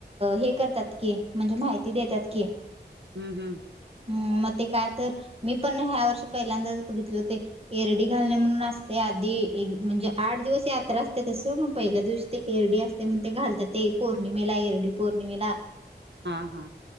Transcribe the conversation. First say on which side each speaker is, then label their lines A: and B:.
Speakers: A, on the right; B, on the right.
A: हे करतात की म्हणजे माहिती देतात की.
B: हम्म, हम्म.
A: मग ते काय तर मी पण ह्या वर्षी पहिल्यांदाच बघितले होते एरडी घालणे म्हणून असतय आधी ए म्हणजे आठ दिवस यात्रा असत्या तसं मग पहिल्या दिवशी ते एरडी असते म्हण ते घालतात ते पौर्णिमेला एरडी पौर्णिमेला
B: हा, हा.